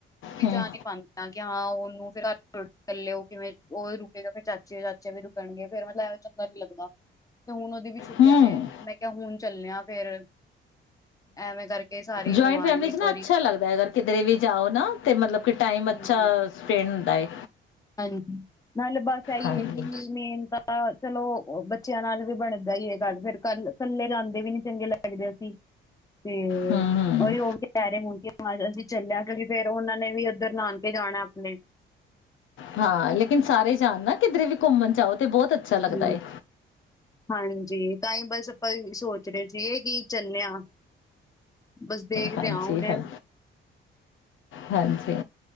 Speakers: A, on the left (about 80°); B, on the left (about 15°).
A: ਹੂੰ
B: ਜਾ ਨਹੀਂ ਪਾਦੀਆਂ ਕਿ ਹਾਂ ਉਹਨੂੰ ਫਿਰ ਘਰ ਛੋੜ <inaudible> ਚ ਲੈਓ। ਜਿਵੇਂ ਉਹ ਰੁਕੇਗਾ ਫਿਰ ਚਾਚੇ ਚਾਚੇ ਵੀ ਰੁਕਣਗੇ ਫੇਰ ਮਤਲਬ ਐਵੇ ਚੰਗਾ ਨੀ ਲੱਗਦਾ। ਹੁਣ ਉਹਦੀ ਵੀ ਛੁੱਟੀਆਂ
A: ਹੂੰ
B: ਨੇ ਮੈਂ ਕਿਹਾ ਹੁਣ ਚੱਲਿਆ ਫੇਿਰ ਐਵੇਂ ਕਰਕੇ ਸਾਰੇ
A: ਜੋਇੰਟ
B: ਹੋ ਆਣਗੇ
A: ਫੈਮਿਲੀ
B: ਇੱਕ
A: ਚ ਨਾ
B: ਵਾਰੀ
A: ਅੱਛਾ ਲੱਗਦਾ ਕਿ ਵੀ ਜਾਓ ਨਾ ਤੇ ਮਤਲਬ ਟਮ
B: ਹਾਂਜੀ
A: ਅਛਾ ਸਪੈਂਡ ਹੈ
B: ਹਾਂਜੀ ਨਾਲ ਬਸ ਇਹੀ
A: ਹਾਂਜੀ
B: ਹੈ ਕਿ ਮੇਨ ਤਾਂ ਚਲੋ ਬੱਚਿਆਂ ਨਾਲ ਵੀ ਬਣਦਾ ਹੀ ਹੈ ਗੱਲ ਫੇਿਰ ਕੱਲ ਕੱਲੇ ਜਾਂਾਦੇ ਵੀ ਨੀ ਚੰਗੇ ਲੱਗਦੇ ਅਸੀਂ ਤੇ
A: ਹੂੰ ਹੂੰ
B: ਉਹੀ ਉਹ ਵੀ ਪਰੇ ਮੁੰਗੇ ਮਜਾ ਜੀ ਚੱਲਿਆ ਕਿਉਂਕਿ ਫੇਰ ਉਹਨਾਂ ਨੇ ਵੀ ਇੱਧਰ ਨਾਨਕੇ ਜਾਣਾ ਆਪਣੇ
A: ਹਾਂ ਲੇਕਿਨ ਸਾਰੇ ਜਾਣ ਨਾ ਕਿਧਰੇ ਵੀ ਘੁੰਮਣ ਜਾਓ ਤੇ ਬਹੁਤ ਅੱਛਾ ਲੱਗਦਾ
B: ਹਮ
A: ਹੈ
B: ਹਾਂਜੀ ਤਾਂ ਹੀ ਬਸ ਆਪਾਂ ਸੋਚ ਰਹੇ ਸੀਗੇ ਕਿ ਚੱਲੇ ਆ, ਬਸ ਦੇਖਦੇ
A: ਹਾਂਜੀ
B: ਆ ਹੁਣੇ
A: ਹ ਹਾਂਜੀ